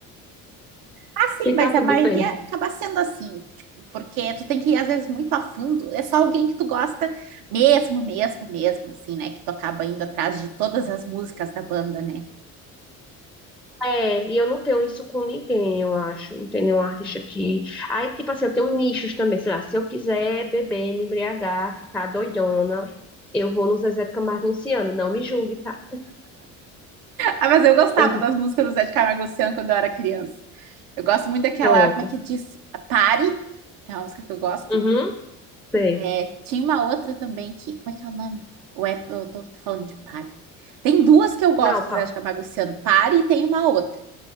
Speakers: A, on the right (about 75°); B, in the centre.
A: Ah, sim,
B: e
A: mas
B: tá tudo
A: a maioria
B: bem.
A: acaba sendo assim, tipo, porque tu tem que ir, às vezes, muito a fundo. É só alguém que tu gosta mesmo, mesmo, mesmo, assim, né? Que tu acaba indo atrás de todas as músicas da banda, né?
B: É, e eu não tenho isso com ninguém, eu acho. Não tem nenhum artista aqui. Aí, tipo assim, eu tenho nichos também, sei lá, se eu quiser beber, me embriagar, ficar doidona, eu vou no Zezé de Camargo e Luciano, não me julgue, tá?
A: Ah, mas eu gostava
B: Eu vou.
A: das músicas do Zé de Camargo e Luciano quando eu era criança. Eu gosto muito daquela,
B: Pronto.
A: como é que diz? A Pare, é uma música que eu gosto.
B: Uhum, sei.
A: É, tinha uma outra também que, como é que é o nome? Ou é, eu tô, tô falando de Pare. Tem duas que eu gosto,
B: Não, pá.
A: Zé de Camargo e Luciano, Pare e tem uma outra.